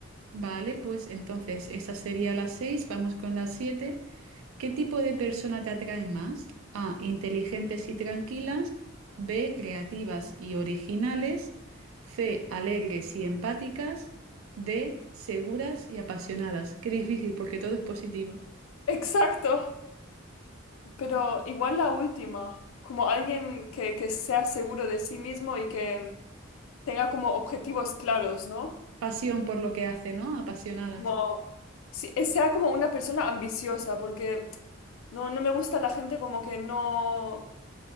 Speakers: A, on the right; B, on the left.
A: Vale, pues entonces esa sería la 6. vamos con la 7. ¿Qué tipo de persona te atrae más? A, inteligentes y tranquilas, B, creativas y originales, C, alegres y empáticas, D, seguras y apasionadas. Qué difícil porque todo es positivo.
B: Exacto, pero igual la última, como alguien que, que sea seguro de sí mismo y que tenga como objetivos claros, ¿no?
A: Pasión por lo que hace, ¿no? Apasionadas.
B: Como, sí, eh, sea como una persona ambiciosa, porque no, no me gusta la gente como que no.